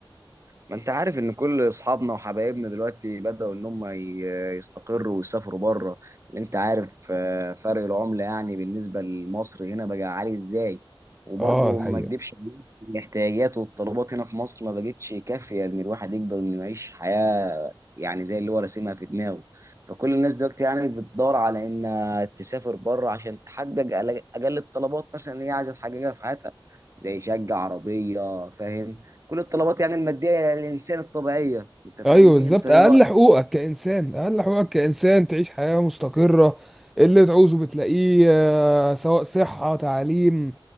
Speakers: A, on the right; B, in the centre.
A: ما انت عارف ان كل اصحابنا وحبايبنا دلوقتي بدأوا ان هم ي- يستقروا ويسافروا بره اللي انت عارف آه، فرق العملة يعني بالنسبة لمصر هنا بقى عالي ازاي وبرضه
B: اه الحقيقة
A: ما اكدبش عليك، الاحتياجات والطلبات هنا في مصر ما بقتش كافية ان الواحد يقدر انه يعيش حياة يعني زي اللي هو راسمها في دماغه فكل الناس دلوقتي يعني بتدور على ان تسافر بره عشان تحقق اقل أقل الطلبات مثلا اللي هي عايزة تحققها في حياتها زي شقة عربية فاهم كل الطلبات يعني المادية يعني الإنسان الطبيعية أنت فاهمني
B: ايوه بالظبط
A: أنت إيه
B: اقل
A: رأيك؟
B: حقوقك كانسان اقل حقوقك كانسان تعيش حياه مستقره اللي تعوزه بتلاقيه آه، سواء صحه تعليم